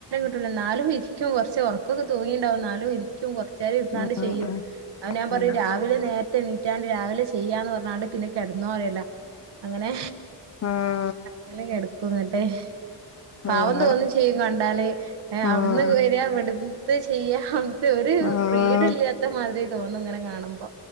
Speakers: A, on the right; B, on the left.
A: ന്നാലും ഇരിക്കും. കുറച്ച് ഉറക്കൊക്കെ തൂങ്ങീണ്ടാവും ന്നാലും ഇരിക്ക് ക്കും കൊറചേരം ഇുന്നാണ്ട്
B: ഉം
A: ചെയ്യും
B: ഉം
A: അത് ഞാൻ
B: ഉം
A: പറയും രാ രാവിലെ നേരത്തെ എണീറ്റാണ്ട് രാവിലെ ചെയ്യാന്ന് പറഞ്ഞാണ്ട് പിന്നെ കിടന്നോന്ന് പറയലാ അങ്ങനെ
B: ആം
A: അങ്ങനെ കിടക്കും ഇങ്ങട്ട്
B: നിങ്ങ
A: പാവം തോന്നും ചെ ചെയ്യും കണ്ടാല്
B: ഉം
A: അവിടുന്ന് വെരാ ഇവിടുത്തെ ചെയ്യാ ത് ഒരു
B: ഉം
A: ഫ്രീഡം ഇല്ലാത്തെ മാതിരി തോന്നും ഇങ്ങനെ കാണുമ്പോ